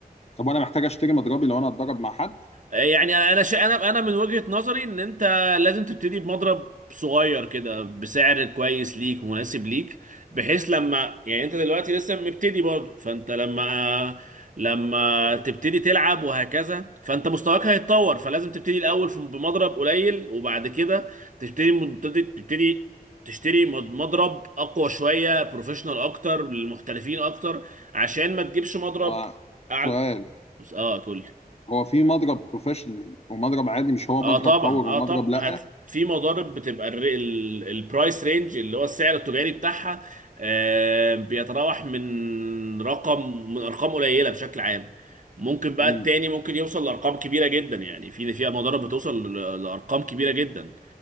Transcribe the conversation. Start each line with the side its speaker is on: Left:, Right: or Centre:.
Left: طب وانا محتاج اشتري مضربي لو انا اتدرب مع حد
Right: يعني انا انا شا... انا انا من وجهة نظري ان انت لازم تبتدي بمضرب صغير كده بسعر كويس ليك ومناسب ليك بحيث لما يعني انت دلوقتي لسه مبتدي برضه فانت لما لما تبتدي تلعب وهكذا فانت مستواك هيتطور فلازم تبتدي الاول في- بمضرب قليل وبعد كده تبتدي تبتدي تبتدي تشتري مض- مضرب اقوى شوية بروفيشنال اكتر للمحترفين اكتر عشان ما تجيبش مضرب
Left: وسؤال
Right: اعلى اه كل
Left: هو في مضرب بروفيشنال ومضرب عادي مش هو
Right: اه
Left: مضرب
Right: طبعا
Left: باور
Right: اه
Left: ومضرب
Right: طبعا
Left: لا
Right: هت... في مضارب بتبقى الر... ال... البرايس رينج اللي هو السعر التجاري بتاعها آه بيتراوح من رقم من ارقام قليله بشكل عام ممكن بقى
Left: امم
Right: التاني ممكن يوصل لارقام كبيره جدا يعني في فيها مضارب بتوصل ل- لارقام كبيره جدا